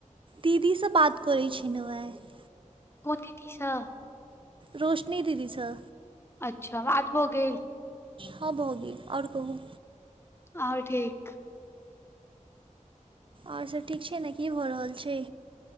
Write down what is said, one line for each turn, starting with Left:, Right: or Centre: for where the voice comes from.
Right: दीदीसँ बात करै छनहु हँ <unintelligible>
Left: कौन दीदी सँ
Right: रोशनी दीदी सँ
Left: अच्छा बात हो गेल
Right: हँ भय गेल ओर कहूँ
Left: ओर ठीक
Right: आ्ओर सब ठीक छै ने की भऽ रहल छै